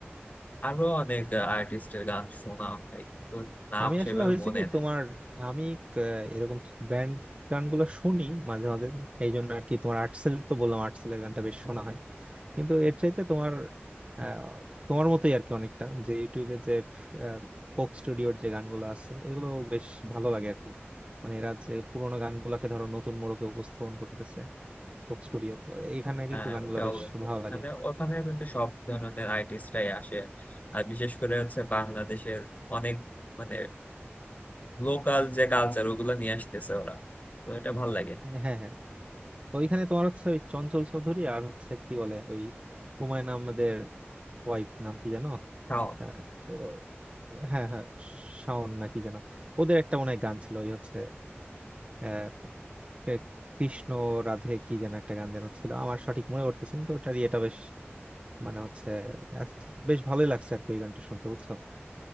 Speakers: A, on the left; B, on the right.
A: আরো অনেক আর্টিস্টের গান শোনা হয় কিন্তু নাম
B: আমি আসলে
A: সেভাবে
B: হয়েছে
A: মনে
B: কি
A: নেই
B: তোমার আমি ক- এরকম ব্যান্ড গানগুলো শুনি মাঝে মাঝে এই জন্য আর কি তোমার আর্টসেল তো বললাম আর্টসেলের গানটা বেশ শোনা হয় কিন্তু এর চাইতে তোমার আহ, তোমার মতোই আর কি অনেকটা যে ইউটিউবে যে কোক স্টুডিওর যে গানগুলো আছে এগুলো বেশ ভালো লাগে আর কি মানে এরা যে পুরোনো গানগুলোকে ধরো নতুন মোড়কে উপস্থাপন করতেছে কোক স্টুডিও তো এইখানে
A: হ্যাঁ
B: কিন্তু
A: হ্যাঁ,
B: গানগুলো
A: ওটাও
B: বেশ
A: একটু
B: ভালো
A: ওখানে
B: লাগে
A: ওখানে কিন্তু সব ধরনের আর্টিস্টরাই আসে আর বিশেষ করে হচ্ছে বাংলাদেশের অনেক মানে লোকাল যে কালচার ওগুলো নিয়ে আসতেছে ওরা তো এটা ভাল লাগে
B: হ্যাঁ হ্যাঁ তো ওইখানে তোমার হচ্ছে ওই চঞ্চল চৌধুরী আর হচ্ছে কি বলে ওই হুমায়ুন আহমেদের ওয়াইফ নাম কি জানো
A: তাও
B: আহ, তো হ্যাঁ হ্যাঁ শাওন না কি যেন ওদের একটা মনে হয় গান ছিল ওই হচ্ছে আহ, এ- কৃষ্ণ রাধে কি যেন একটা গান যেন ছিল আমার সঠিক মনে করতেছেন তো ওটার ইয়েটা বেশ মানে হচ্ছে আস- বেশ ভালোই লাগছে আর কি ওই গানটা শুনতে বুঝছো